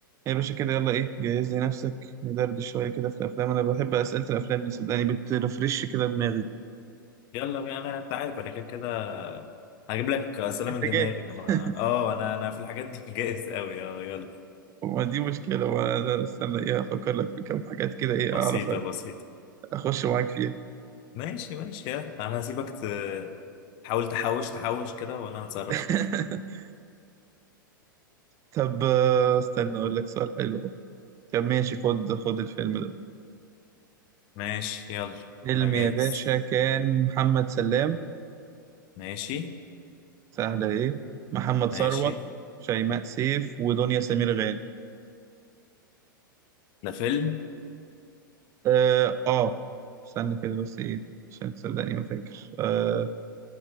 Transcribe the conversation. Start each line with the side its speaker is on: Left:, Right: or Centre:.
Right: يا باشا كده يلا ايه جهز لي نفسك ندردش شوية كده في الأفلام أنا بحب أسئلة الأفلام دي صدقني بترفرش كده دماغي
Left: يلا بينا انا انت عارف انا كده كده هجيب لك اسئله
Right: أنت
Left: من دماغي
Right: جاهز
Left: انا
Right: <laughs>
Left: ما... اه انا انا في الحاجات دي <laughs> جاهز قوي اه يلا
Right: وما دي مشكلة وأنا استنى ايه أفكر لك في كام حاجات كده ايه
Left: بسيطه
Right: أعرف
Left: بسيطه
Right: أخش معاك فيها
Left: ماشي ماشي يلا انا هسيبك ت- تحاول تحوش تحوش كده وانا هتصرف
Right: <laughs>
Left: ايه
Right: طب آه، استنى أقول لك سؤال حلو أهو طب ماشي خد خد الفيلم ده
Left: ماشي يلا
Right: فيلم
Left: انا
Right: يا
Left: جاهز
Right: باشا كان محمد سلام
Left: ماشي
Right: سهلة ايه محمد
Left: ماشي
Right: ثروت شيماء سيف ودنيا سمير غانم
Left: ده فيلم
Right: اه آه. استنى كده بس ايه عشان تصدقني ما فاكر آه